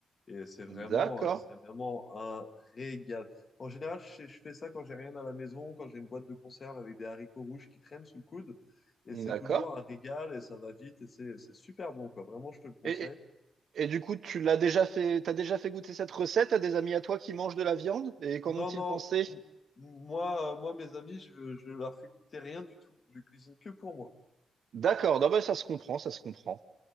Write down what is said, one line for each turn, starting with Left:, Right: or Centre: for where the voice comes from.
Left: Et c'est vraiment,
Right: D'accord,
Left: euh, c'est vraiment un régal. En général, je, je fais ça quand j'ai rien à la maison, quand j'ai une boîte de conserve avec des haricots rouges qui traînent sous le coude. Et
Right: d'accord.
Left: c'est toujours un régal et ça va vite et c'est c'est super bon, quoi. Vraiment, je te le conseille.
Right: Et, Et du coup, tu l'as déjà fait, t'as déjà fait goûter cette recette à des amis à toi qui mangent de la viande? Et qu'en
Left: Non,
Right: ont-ils
Left: non.
Right: pensé?
Left: M- Moi, euh, moi, mes amis, je, je leur fais goûter rien du tout. Je cuisine que pour moi.
Right: D'accord, non, bah, ça se comprend, ça se comprend.